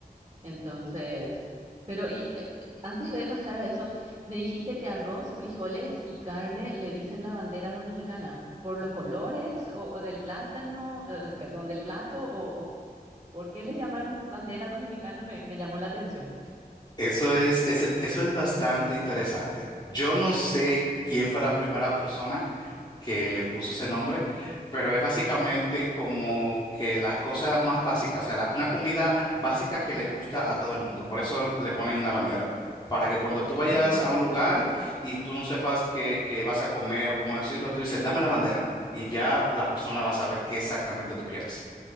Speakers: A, on the right; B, on the left.
A: Entonces, pero y, eh, antes de pasar a eso, me dijiste que arroz, frijoles y carne le dicen la bandera dominicana por los colores o, o del plátano, eh, perdón, del plato o, o por qué le llaman bandera dominicana, me, me llamó la atención.
B: Eso es, ese- eso es bastante interesante. Yo no sé quién fue la primera persona que le puso ese nombre, pero es básicamente como que las cosas más básicas, o sea, la- una comida básica que le gusta a todo el mundo. Por eso le ponen la bandera, para que cuando tú vayas
A: Ah,
B: a un lugar y tú no sepas qué, qué vas a comer o cómo decirlo, tú dices, dame la bandera y ya la persona va a saber qué exactamente tú quieres.